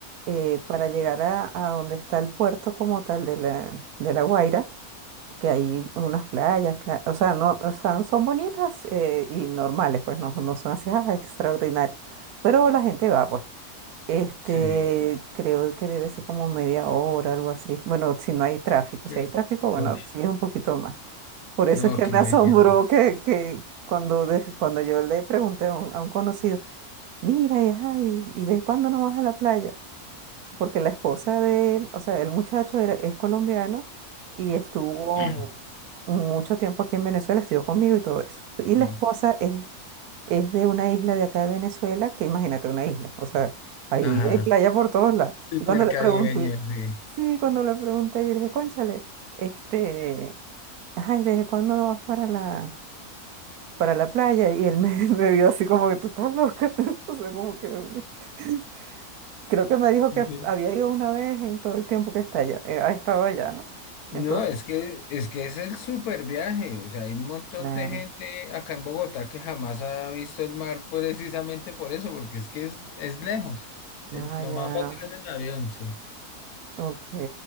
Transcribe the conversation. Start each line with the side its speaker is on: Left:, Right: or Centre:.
Right: eh, para llegar a, a donde está el puerto como tal de la, de La Guaira, que hay unas playas, cla- o sea, no, o sea, son bonitas eh, y normales, pues no, no son así ah, extraordinarias, pero la gente va, pues. Este,
Left: sí.
Right: creo que debe ser como media hora, algo así. Bueno, si no hay tráfico,
Left: Sí.
Right: si hay tráfico, bueno,
Left: Uy,
Right: sí es un poquito más. Por eso
Left: no,
Right: es que
Left: qué
Right: me asombró
Left: belleza.
Right: que, que cuando, des- cuando yo le pregunté a un, a un conocido, mira, y, ajá, y, ¿y de cuándo no vas a la playa? porque la esposa de él, o sea, el muchacho era, es colombiano y estuvo
Left: sí.
Right: mucho tiempo aquí en Venezuela, estudió conmigo y todo eso. Y la
Left: <clears throat>
Right: esposa es, es de una isla de acá de Venezuela, que imagínate una isla, o sea, ahí
Left: Ajá,
Right: hay playa por todos lados.
Left: súper
Right: Y cuando le
Left: caribeño,
Right: pregunté,
Left: sí.
Right: sí, cuando le pregunté, yo le dije, cónchale, este, ay, ¿desde cuándo no vas para la, para la playa? Y él me, <laughs> me vio así como que tú estás loca, <laughs> o sea, como que... <laughs> Creo que me dijo que
Left: Ujú.
Right: fu- había ido una vez en todo el tiempo que está allá, eh, ha estado allá, ¿no? Entonces,
Left: No, es que, es que es el súper viaje. O sea, hay un montón
Right: claro.
Left: de gente acá en Bogotá que jamás ha visto el mar precisamente por eso, porque es que es, es lejos. Eh,
Right: Ah,
Left: Lo
Right: ya.
Left: más fácil es en avión, sí.
Right: Ok.